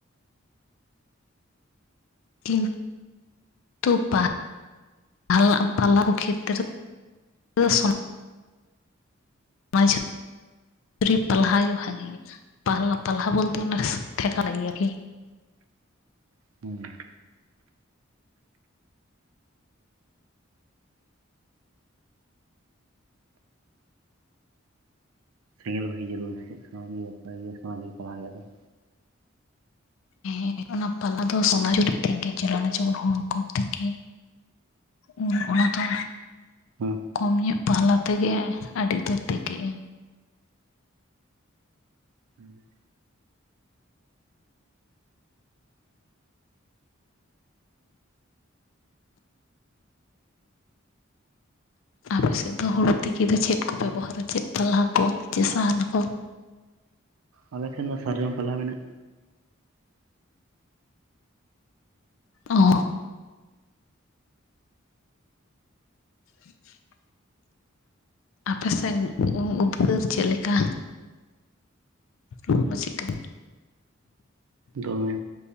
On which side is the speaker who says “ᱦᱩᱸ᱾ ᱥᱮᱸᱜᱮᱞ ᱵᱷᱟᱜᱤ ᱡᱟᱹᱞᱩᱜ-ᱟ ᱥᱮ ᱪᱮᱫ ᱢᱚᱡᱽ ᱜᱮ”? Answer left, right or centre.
Right